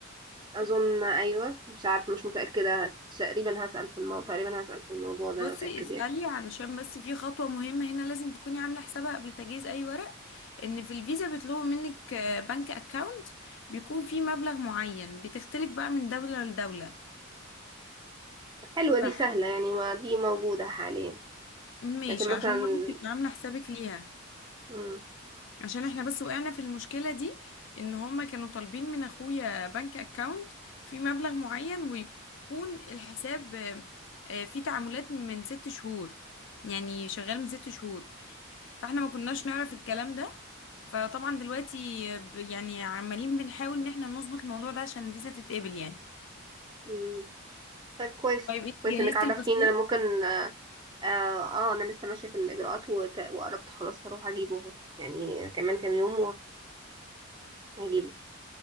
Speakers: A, on the right; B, on the left.
A: اظن ايوه مش عارفه مش متاكده هت- تقريبا هسال في الموضوع تقريبا هسال في الموضوع ده
B: بصي
A: اتاكد
B: اسالي
A: يعني
B: علشان بس في خطوه مهمه هنا لازم تكوني عامله حسابها قبل تجهيز اي ورق ان في الفيزا بيطلبوا منك آه، بنك اكاونت بيكون فيه مبلغ معين بتختلف بقى من دوله لدوله
A: حلوه
B: فح
A: دي سهله يعني ما دي موجوده حاليا
B: ماشي
A: لكن مثلا
B: عشان برضو تبقي عامله حسابك ليها
A: مم.
B: عشان احنا بس وقعنا في المشكلة دي ان هما كانوا طالبين من اخويا بنك اكاونت في مبلغ معين ويكون الحساب آه، آه، فيه تعاملات من ست شهور يعني شغال من ست شهور فاحنا ما كناش نعرف الكلام ده فطبعا دلوقتي آه، ب- يعني عمالين بنحاول ان احنا نظبط الموضوع ده عشان الفيزا تتقبل يعني
A: مم. طيب كويس
B: طيب انت
A: كويس
B: جهزت
A: انك عرفتيني
B: الباسبور
A: ان انا ممكن اه, آه آه، انا لسه ماشيه في الاجراءات وت... وقربت خلاص هروح اجيبه اهو يعني كمان كام يوم وهجيبه